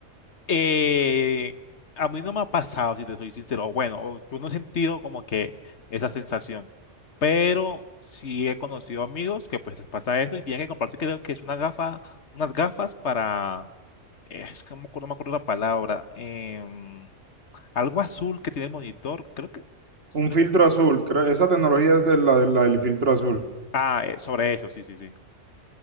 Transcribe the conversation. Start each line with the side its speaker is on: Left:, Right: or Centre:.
Left: Eh, a mí no me ha pasado, si te soy sincero. O Bueno, o yo no he sentido como que esa sensación, pero sí he conocido amigos que pues les pasa eso y tienen que comprarse, creo que es una gafa, unas gafas para, eh, es que no me acuerdo, no me acuerdo la palabra, em, algo azul que tiene el monitor, creo que... estoy
Right: Un filtro azul, creo, esa tecnología es de la la del filtro azul.
Left: Ah, eh, sobre eso, sí, sí, sí.